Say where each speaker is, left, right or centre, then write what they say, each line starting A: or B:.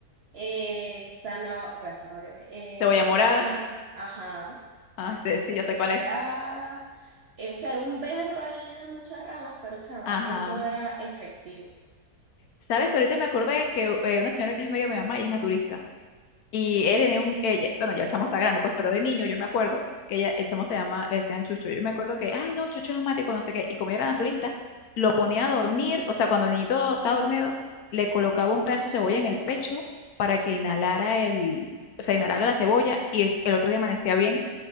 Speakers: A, on the right (about 55°); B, on the left (about 70°).
A: eh, zanahoria, bueno, zanahoria, eh,
B: Cebolla
A: cebolla,
B: morada,
A: ajá,
B: ah, sí, sí,
A: cebolla
B: yo sé cuál
A: morada.
B: es.
A: eh, o sea, era un berro ahí de muchas ramas, pero chama,
B: Ajá.
A: eso era efectivo.
B: ¿Sabes que ahorita me acordé que eh, una señora que es medio mi mamá y es naturista? Y él tenía un, ella, bueno, ya el chamo está grande, pues, pero de niño yo me acuerdo que ella, el chamo se llama, le decían Chucho. Yo me acuerdo que, ay, no, Chucho es asmático, no sé qué. Y como yo era naturista, lo ponía a dormir, o sea, cuando el niñito estaba dormido, le colocaba un pedazo de cebolla en el pecho para que inhalara el, o sea, inhalara la cebolla y el, el otro día amanecía bien.